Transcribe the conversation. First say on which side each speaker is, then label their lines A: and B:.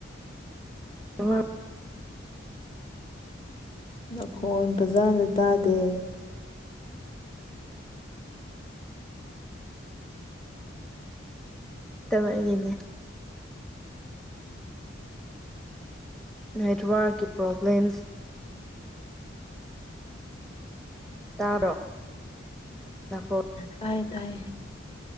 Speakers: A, in the centre; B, on the left (about 30°).
A: ꯍꯣꯏ
B: ꯅꯈꯣꯟ ꯐꯖꯅ ꯇꯥꯗꯦ
A: ꯇꯃꯛ ꯑꯩꯒꯤꯅꯦ ꯅꯦꯠꯋꯥꯔꯛꯀꯤ ꯄ꯭ꯔꯣꯕ꯭ꯂꯦꯝꯁ ꯇꯥꯕ꯭ꯔꯣ ꯅꯈꯣꯟ
B: ꯇꯥꯏꯌꯦ ꯇꯥꯏꯌꯦ